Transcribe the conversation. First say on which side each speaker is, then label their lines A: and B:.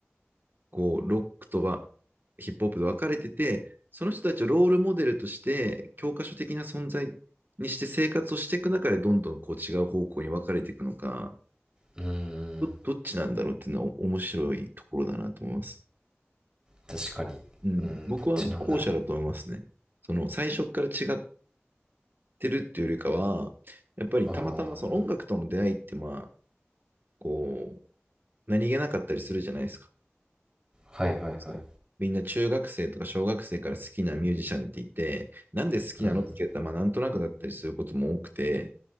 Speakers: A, on the right; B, on the right.
A: こう、ロックとはヒップホップで分かれてて、その人たちをロールモデルとして、教科書的な存在にして生活をしていく中で、どんどんこう違う方向に分かれていくのか、
B: うーん
A: ど、どっちなんだろうっていうのは面白いところだなと思います。
B: 確かにうんどっちなんだろ
A: うん、僕は後者だと思いますね。その最初から違ってるっていうよりかは、やっぱりたまたまその音楽との出会いって、
B: うああ
A: まあ、こう、何気なかったりするじゃないですか。
B: ーはいはいはい
A: そうみんな中学生とか小学生から好きなミュージシャンっていて、なんで好きなのって聞いたら、
B: うん
A: まあ、なんとなくだったりすることも多くて、